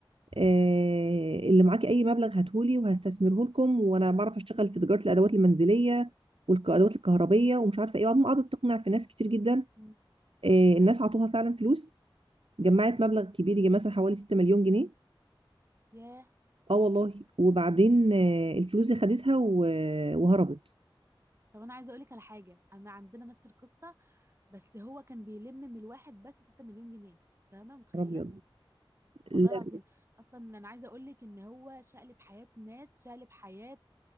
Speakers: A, on the right; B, on the right.
A: آه، اللي معاكي اي مبلغ هاتهولي وهستثمره لكم وانا بعرف اشتغل في تجاره الادوات المنزليه والادوات الكهربيه ومش عارفه ايه وبعدين قعدت تقنع في ناس كتير جدا
B: امم
A: آه، الناس عطوها فعلا فلوس جمعت مبلغ كبير يجي مثلا حوالي 6 مليون جنيه
B: ياه
A: اه والله وبعدين آه، الفلوس دي خدتها و- وهربت
B: طب انا عايزه اقول لك على حاجه انا عندنا نفس القصه بس هو كان بيلم من الواحد بس 6 مليون جنيه فاهمه متخيله
A: ربي لا
B: والله العظيم اصلا انا عايزه اقول لك ان هو شقلب حياه ناس شقلب حياه